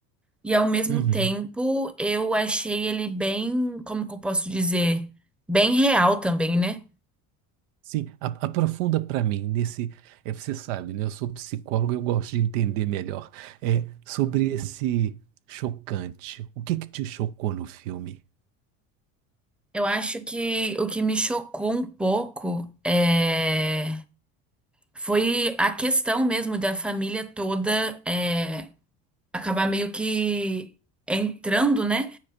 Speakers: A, in the centre; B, on the right.
A: E ao mesmo
B: Uhum.
A: tempo, eu achei ele bem, como que eu posso dizer? Bem real também, né?
B: Sim, a- aprofunda para mim nesse. É, você sabe, né? Eu sou psicólogo, eu gosto de entender melhor. É, sobre esse chocante. O que que te chocou no filme?
A: Eu acho que o que me chocou um pouco é, foi a questão mesmo da família toda é, acabar meio que entrando, né,